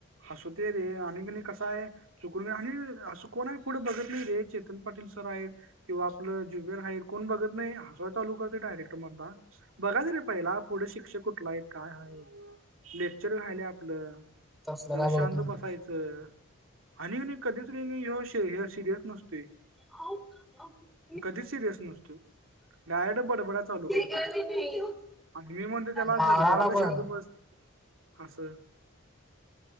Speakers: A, on the right (about 70°); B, in the centre.
A: असू दे रे आणि कणी कस हाय चुकून आणि असं कोण हाय पुढ बघत नाही रे, चेतन पाटील सर आहेत किंवा आपलं ज्युबिअर आहेत कोण बघत नाही, हसत चालू करतय डायरेक्टर मर्दा, बघायचं रे पहिला पुढ शिक्षक कुठला आहेत काय आहेत लेक्चर राहिलंय आपलं,
B: तसलं
A: जरा
B: काय बघत
A: शांत
B: नाही
A: बसायचं आणि कणी कधीच ही ह्यो सिरियस नसतोय
B: <unintelligible>
A: कधी सिरीयस नसतोय. डायरेक्ट बडबडाय चालू करतो
B: केलं.
A: बघ आणि मी म्हणतो त्याला
B: माळाला
A: जरा तर
B: पण
A: शांत बस. असं.